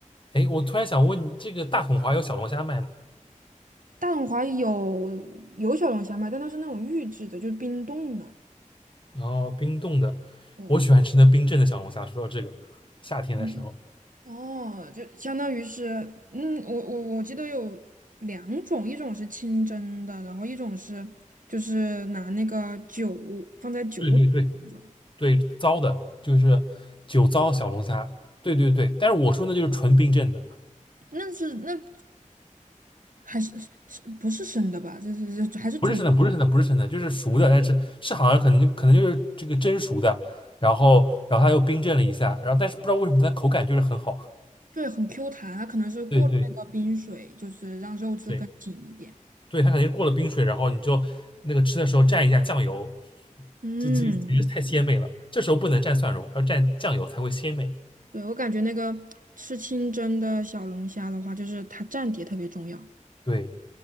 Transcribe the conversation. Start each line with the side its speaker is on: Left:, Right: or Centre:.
Left: 哎，我突然想问你这个大统华有小龙虾卖吗？
Right: 大董华有有小龙虾卖，但它是那种预制的，就是冰冻的。
Left: 然后冰冻的，
Right: 对，
Left: 我喜欢吃那冰镇的小龙虾。说到这个，夏天的时候，
Right: 嗯就哦，就相当于是，嗯，我我我记得有两种，一种是清蒸的，然后一种是就是拿那个酒放在酒里面的那种，
Left: 对对对，对，糟的，就是酒糟小龙虾。对对对，但是我说那就是纯冰镇的，
Right: 那是那还是是不是生的吧？就是还是煮。
Left: 不是生的，不是生的，不是生的，就是熟的，但是是好像可能可能就是这个蒸熟的，然后然后它又冰镇了一下，然后但是不知道为什么它口感就是很好。
Right: 对，很 Q 弹，它可能是过了那个冰水，
Left: 对对
Right: 就是让肉质更紧一点。
Left: 对对，它肯定是过了冰水，然后你就那个吃的时候蘸一下酱油，
Right: 嗯，
Left: 这这简直太鲜美了。这时候不能蘸蒜蓉，要蘸酱油才会鲜美。
Right: 对，我感觉那个吃清蒸的小龙虾的话，就是它蘸碟特别重要。
Left: 对，